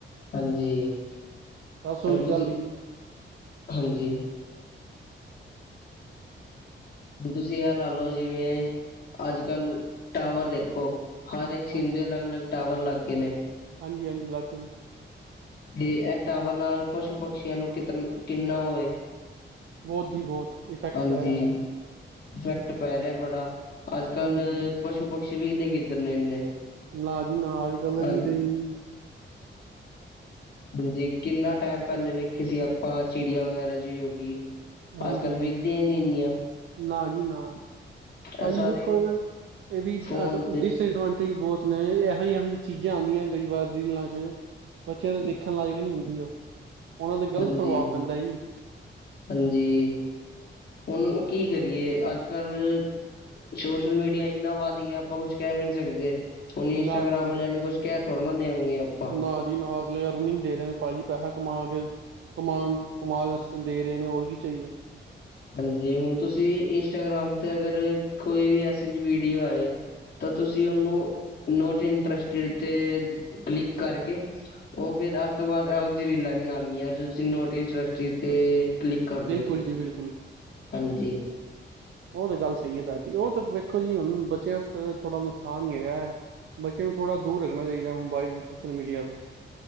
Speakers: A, on the left; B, on the right.
A: ਹਾਂਜੀ
B: ਬਸ ਉਹੀ
A: ਹੁਣ ਤੁਸੀ
B: ਗੱਲ ਹੈਗੀ
A: ਹਾਂਜੀ। ਹੁਣ ਤੁਸੀ ਇਹ ਲਾ ਲੋ ਜਿਵੇਂ ਅੱਜ ਕੱਲ ਟਾਵਰ ਦੇਖੋ ਹਰ ਇੱਕ ਸਿਮ
B: ਹਾਂਜੀ
A: ਦੇ ਅਲਗ- ਅਲਗ ਟਾਵਰ ਲਗ ਗੇ ਨੇ।
B: ਹਾਂਜੀ -ਹਾਂਜੀ ਲਾਗੇ ਨ
A: ਤੇ ਐ ਟਾਵਰ ਨਾਲ ਕੁਛ ਪਸ਼ੂ ਪਕਸ਼ੀਆਂ ਨੂੰ ਕਿੰਨਾ ਓਹ ਵੇ।
B: ਬਹੁਤ ਜੀ ਬਹੁਤ ਇਫੈਕਟ
A: ਹਾਂਜੀ
B: ਪੈ ਰੇਆ ਉਹਨੂੰ।
A: ਇਫੈਕਟ ਪੈ ਰਿਹਾ ਬੜਾ। ਅੱਜ -ਕੱਲ
B: ਹਮ
A: ਪਸ਼ੂ ਪਕਸ਼ੀ ਵੀ ਤੇ ਕਿਤਨੇ ਨੇ।
B: ਨਾ ਜੀ ਨਾ ਅੱਜ ਕੱਲ
A: ਹਾਂ
B: ਵਿਖਦੇ ਈ ਨਈ।
A: ਹਾਂਜੀ ਕਿੰਨਾ ਟਾਈਮ ਪਹਿਲੇ ਵੇਖੇ ਸੀ ਆਪਾਂ ਚਿੜੀਯਾਂ ਵਗੈਰਾ ਜਿ ਹੋ ਗੀ।
B: ਹਾਂਜੀ
A: ਅੱਜ ਕੱਲ ਵਿਖਦੀਆ
B: ਹਾਂਜੀ
A: ਈ ਨੀ ਇਨੀਆਂ।
B: ਨਾ ਜੀ ਨਾ ਭਾਜੀ
A: ਇਹ ਸਾਰੇ
B: ਵੇਖੋ ਇਹਦੀ
A: ਫੋਨ
B: ਅ
A: ਤੇ
B: ਡਿਸਐਡਵਾਂਟੇਜ ਬਹੁਤ। ਮੈ ਇਹੋ ਜਿ ਇਹੋ ਜਿ ਚੀਜ਼ਾਂ ਆਦੀਆਂ ਕਈ ਵਾਰ ਰੀਲਾਂ ਚ ਬੱਚਿਆਂ ਦੇ ਦੇਖਣ ਲਾਇਕ ਨਈ ਹੁੰਦੀ ਔ, ਉਹਨਾਂ ਤੇ ਗ਼ਲਤ
A: ਹਾਂਜੀ
B: ਪ੍ਰਭਾਵ ਪੈਂਦਾ ਜੀ।
A: ਹਾਂਜੀ, ਹੁਣ ਕੀ ਕਰੀਏ ਅੱਜ- ਕੱਲ ਛੋਸ਼ਲ ਮੀਡੀਆ ਇੰਨਾ ਵੱਧ ਗਿਆ ਆਪਾਂ ਕੁਛ ਕਹਿ ਵੀ ਨੀ ਸਕਦੇ। ਹੁਣ ਇੰਸਟਾਗਗ੍ਰਾਮ
B: ਨਾ ਜੀ ਨਾ
A: ਵਾਲਿਆਂ ਨੂੰ ਕੁਛ ਕਹ ਥੋੜਾ ਨਾ ਦੇਣਗੇ ਆਪਾਂ
B: ਨਾ ਜੀ ਨਾ ਅਗਲੇ ਅਰਨਿੰਗ ਦੇ ਰਹੇ ਨੇ ਭਾਜੀ ਪੈਸਾ ਕਮਾ ਕੇ। ਕਮਾਨ ਕਮਾਲ ਆਸਤੇ ਦੇ ਰਹੇ ਨੇ ਹੋਰ ਕੀ ਚਾਹੀਦਾ।
A: ਹਾਂਜੀ ਹੁਣ ਤੁਸੀ ਇੰਸਟਾਗ੍ਰਾਮ ਤੇ ਅਗਰ ਕੋਈ ਵੀ ਐਸੀ ਜੀ ਵੀਡੀਓ ਆਏ ਤਾਂ ਤੁਸੀ ਉਨੂ ਨੋਟ ਇੰਟਰਸਟਡ ਤੇ ਕਲਿਕ ਕਰਕੇ ਉਹ ਫੇਰ ਅਜ ਤੋਂ ਬਾਦ ਇਹੋ ਜੀ ਰੀਲਾਂ ਨ ਆਣਗੀਆਂ ਜੇ ਤੁਸੀਂ ਨੋਟ ਇੰਟਰਸਟੀਡ ਤੇ ਕਲਿੱਕ ਕਰ
B: ਬਿਲਕੁਲ
A: ਦੋਗੇ।
B: ਜੀ ਬਿਲਕੁਲ।
A: ਹਾਂਜੀ।
B: ਉਹ ਤੇ ਗੱਲ ਸਹੀ ਏ ਤੁਹਾਡੀ ਉਹ ਤਾਂ ਵੇਖੋ ਜੀ ਹੁਣ ਬੱਚਿਆਂ ਅਸਤ ਥੋੜਾ ਨੁਕਸਾਨ ਈ ਹੈਗਾ ਬੱਚੇ ਨੂੰ ਥੋੜਾ ਦੂਰ ਰੱਖਣਾ ਚਾਈਦਾ ਮੋਬਾਇਲ ਸੋਸ਼ਲ ਮੀਡੀਆ ਤੋਂ।